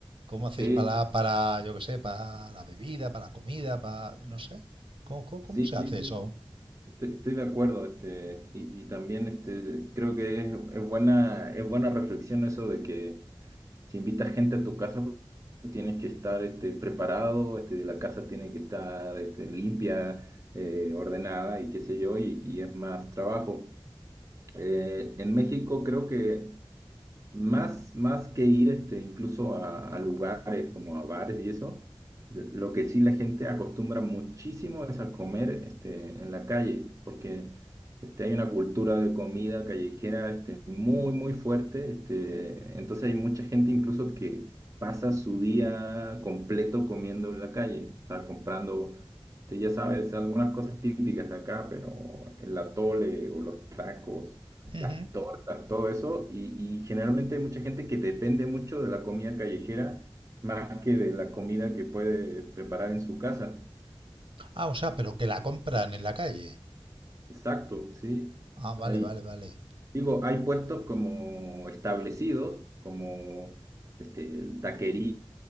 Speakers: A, on the right; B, on the right.
A: ¿Cómo hacéis
B: Sí,
A: para, para yo qué sé, para la bebida, para la comida, para... no sé? ¿Cómo, cómo, cómo
B: sí,
A: se
B: sí,
A: hace
B: sí.
A: eso?
B: Estoy estoy de acuerdo, este, y, y también este, creo que es, es buena, es buena reflexión eso de que si invitas gente a tu casa, pues, tienes que estar este, preparado, este, la casa tiene que estar este, limpia, eh, ordenada y qué sé yo, y, y es más trabajo. Eh, en México creo que más, más que ir este, incluso a, a lugares como a bares y eso, lo que sí la gente acostumbra muchísimo es a comer este, en la calle, porque este, hay una cultura de comida callejera este, muy, muy fuerte. Este, entonces hay mucha gente incluso que pasa su día completo comiendo en la calle, o sea, comprando, este, ya sabes, algunas cosas típicas de acá, pero el atole o los tacos
A: Ujú.
B: las tortas, todo eso, y, y generalmente hay mucha gente que depende mucho de la comida callejera más que de la comida que puede preparar en su casa.
A: Ah, o sea, pero que la compran en la calle.
B: Exacto, sí.
A: Ah, vale,
B: Hay,
A: vale, vale.
B: digo, hay puestos como establecidos, como este, taquerías